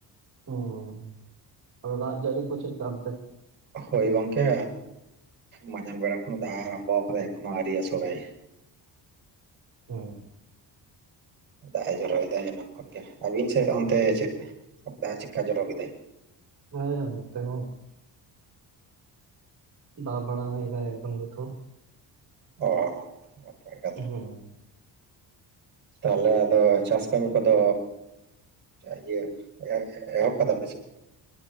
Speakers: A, on the right (about 45°); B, on the right (about 25°).
A: ᱦᱚ, ᱫᱟᱜ ᱡᱟᱹᱲᱤ ᱠᱚ ᱪᱮᱫᱠᱟ ᱚᱱᱛᱮ᱾
B: ᱦᱳᱭ ᱜᱚᱝᱠᱮ ᱢᱟᱡᱟᱱ ᱵᱮᱲᱟ ᱠᱷᱚᱱ ᱫᱟᱜ ᱮ ᱟᱨᱟᱢᱵᱚ ᱟᱠᱟᱫᱟᱭ ᱮᱠᱷᱚᱱᱚ ᱟᱣᱨᱤᱭ ᱟᱥᱳᱲᱟᱭ᱾
A: ᱦᱚᱸ
B: ᱫᱟᱜ ᱮ ᱡᱚᱨᱚᱮᱫᱟ ᱱᱤᱛᱚᱜ ᱠᱷᱚᱱᱜᱮ, ᱟᱵᱤᱱ ᱥᱮᱫ ᱜᱚᱝᱠᱮ ᱪᱮᱫ ᱫᱟᱜ ᱪᱮᱛᱠᱟ ᱡᱚᱨᱚ ᱠᱮᱫᱟ?
A: ᱦᱚᱭ ᱱᱚᱛᱮ ᱦᱚᱸᱵ ᱫᱟ ᱵᱟᱲᱟ ᱮᱫᱟᱭ ᱮᱠᱫᱚᱢ ᱱᱤᱛ ᱦᱚᱸ᱾
B: ᱦᱚ ᱦᱚ ᱱᱮᱛᱷᱟᱨ ᱠᱟᱛᱷᱟ
A: ᱦᱩᱸ
B: ᱛᱟᱦᱟᱞᱮ ᱟᱫᱚ ᱪᱟᱥ ᱠᱟᱹᱢᱤ ᱠᱚᱫᱚ ᱤᱭᱟ. ᱮ ᱮᱦᱚᱵ ᱠᱟᱫᱟ ᱯᱮ ᱥᱮ